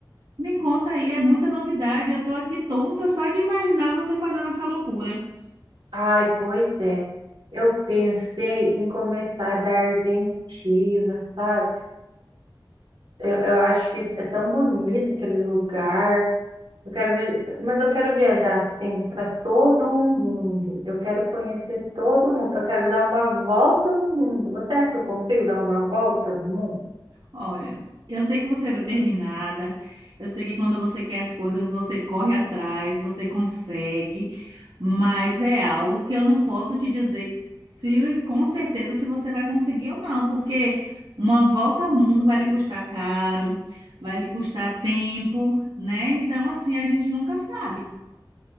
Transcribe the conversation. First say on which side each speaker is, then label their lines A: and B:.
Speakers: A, on the right; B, on the right.
A: Me conta aí, é muita novidade. Eu estou aqui tonta só de imaginar você fazendo essa loucura.
B: Ai, pois é. Eu pensei em começar da Argentina, sabe? Eu, eu acho que é tão bonito aquele lugar. Eu quero ver, mas eu quero viajar assim para todo o mundo. Eu quero conhecer todo mundo. Eu quero dar uma volta no mundo. Você acha que eu consigo dar uma volta no mundo?
A: Olha, eu sei que você é determinada, eu sei que quando você quer as coisas, você corre atrás, você consegue, mas é algo que eu não posso te dizer se com certeza se você vai conseguir ou não, porque uma volta ao mundo vai lhe custar caro, vai lhe custar tempo, né? Então, assim, a gente nunca sabe.